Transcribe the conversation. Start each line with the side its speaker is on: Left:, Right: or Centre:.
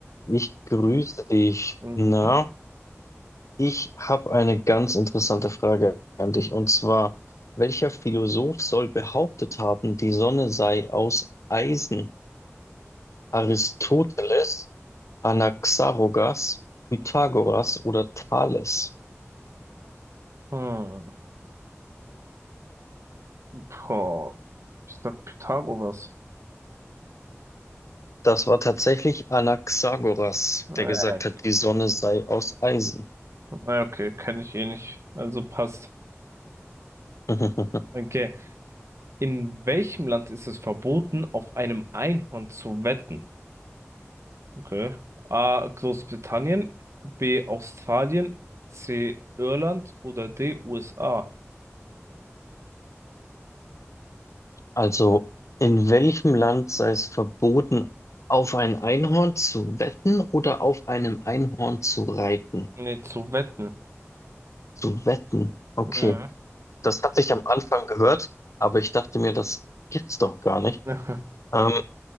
Left: Ich grüße dich.
Right: Mhm.
Left: Na, ich habe eine ganz interessante Frage an dich. Und zwar, welcher Philosoph soll behauptet haben, die Sonne sei aus Eisen? Aristoteles, Anaxagoras, Pythagoras oder Thales?
Right: Hm. Boah. Ich sag Pythagoras.
Left: Das war tatsächlich Anaxagoras,
Right: Äh,
Left: der gesagt hat, die Sonne sei aus Eisen.
Right: na, okay, kenne ich eh nicht. Also passt.
Left: <laughs>
Right: Okay. In welchem Land ist es verboten, auf einem Einhorn zu wetten? Okay. A. Großbritannien, B. Australien, C. Irland oder D. USA.
Left: Also, in welchem Land sei es verboten, auf ein Einhorn zu wetten oder auf einem Einhorn zu reiten?
Right: Nee, zu wetten.
Left: Zu wetten. Okay,
Right: Mhm.
Left: das hatte ich am Anfang gehört, aber ich dachte mir, das gibt's doch gar nicht.
Right: <laughs>
Left: Ähm,